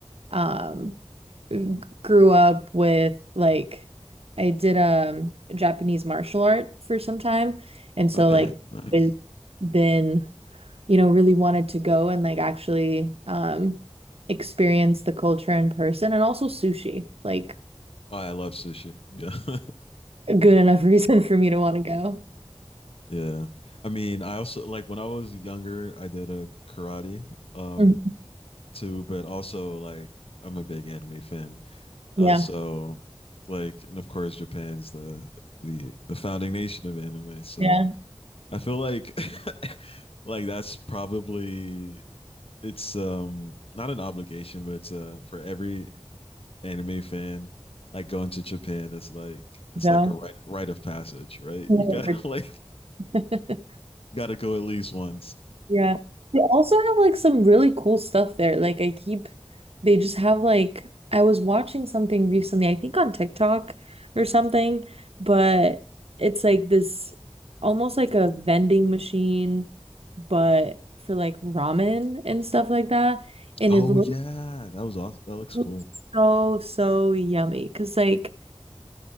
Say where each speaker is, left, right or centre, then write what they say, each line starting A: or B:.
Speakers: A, on the right (about 75°); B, on the left (about 70°).
A: um g- grew up with like I did um Japanese martial art for some time, and so
B: Okay,
A: like
B: nice.
A: it's been, you know, really wanted to go and like actually um experience the culture in person and also sushi, like
B: Oh, I love sushi. Yeah. <laughs>
A: a good enough reason <laughs> for me to want to
B: Yeah. I mean, I also like when I was younger, I did a karate um
A: go.
B: too, but also like I'm a big anime fan. Uh,
A: Yeah,
B: so like, and of course, Japan's the the the founding nation of anime. So
A: yeah,
B: I feel like <laughs> like that's probably it's um not an obligation, but it's uh for every anime fan. Like going to Japan is like it's
A: no.
B: like a rite rite of passage, right?
A: No.
B: You got <laughs> like
A: <laughs>
B: got to go at least once.
A: Yeah. They also have like some really cool stuff there. Like I keep they just have like I was watching something recently, I think on TikTok or something, but it's like this almost like a vending machine, but for like ramen and stuff like that. And
B: Oh
A: it looks,
B: yeah, that was awesome. That looks
A: looks
B: cool.
A: so, so yummy. Cause like